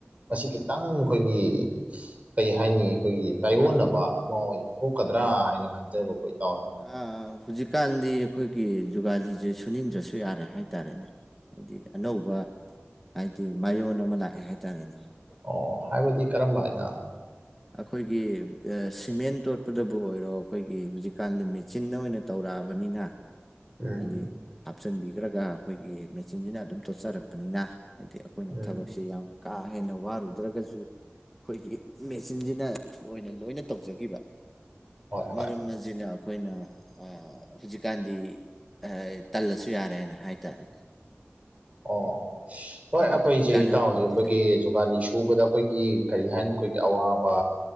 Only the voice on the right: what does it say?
ꯃꯁꯤ ꯈꯤꯇꯪ ꯈꯣꯏꯒꯤ ꯀꯩ ꯍꯥꯏꯅꯤ ꯑꯈꯣꯏꯒꯤ ꯇꯥꯏꯌꯣꯟꯅꯕ ꯑꯃꯥ ꯑꯣꯏꯟ ꯊꯣꯛꯀꯗ꯭ꯔꯥ ꯍꯥꯏꯅ ꯈꯟꯖꯕꯀꯣ ꯏꯇꯥꯎ
ꯑꯣ ꯍꯥꯏꯕꯗꯤ ꯀꯔꯝꯃꯥꯏꯅ
ꯎꯝ
ꯎꯝ
ꯍꯣꯏ ꯍꯣꯏ
ꯑꯣ ꯍꯣꯏ
ꯑꯈꯣꯏꯖꯦ
ꯏꯇꯥꯎꯖꯦ
ꯑꯈꯣꯏꯒꯤ
ꯖꯨꯒꯥꯂꯤ ꯁꯨ ꯎꯕꯗ ꯑꯈꯣꯏꯒꯤ ꯀꯔꯤ ꯍꯥꯏꯅꯤ ꯑꯈꯣꯏꯒꯤ ꯑꯋꯥꯕ